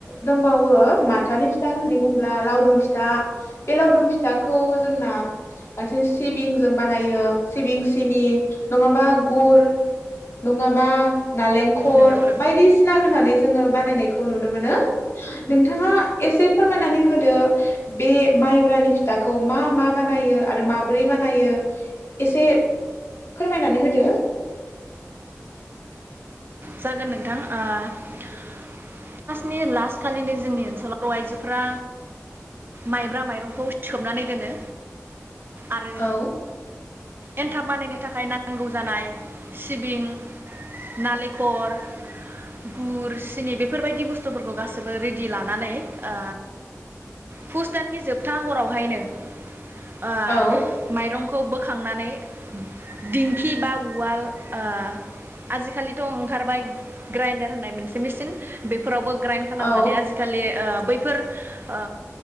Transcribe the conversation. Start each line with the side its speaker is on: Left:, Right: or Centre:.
Left: दंबावो माथानि फिथा होननानै बुङोब्ला लावदुम फिथा बे लावदुम फिथाखौ जोंना मोनसे सिबिंजों बानायो सिबिं सिनि नङाबा गुर। नङाबा नालेंखर
Right: नंगौ नोंथां
Left: बायदिसिना होनानै जोङो बानायनायखौ नुनो मोनो नोंथाङा एसे फोरमायनानै होदो बे माइब्रानि फिथाखौ मा मा बानायो आरो माब्रै बानायो एसे फोरमायनानै होदो।
Right: जागोन नोंथां ओ पुस मासनि लास खालिनि जोंनि ओनसोलाव आइजोफोरा माइब्रा माइरंखौ सोबनानै दोनो आरो
Left: औ
Right: एन्थाब बानायनो थाखाय नांगौ जानाय सिबिं नालेंख खर गुर सिनि बेफोरबायदि बुस्थुफोरखौ गासिबो रेडि लानानै ओ फुस दाननि जोबथा हरावहायनो ओ
Left: औ
Right: माइरं खौ बोखांनानै नानै दिंखि बा उवाल ओ आलिखालि थ' ओंखारबाय ग्रेन्डार होननाय मोनसे मेचिन। फोरावबो ग्राइन्ड खालामनानै
Left: औ
Right: आजिखालि ओ बैफोर ओ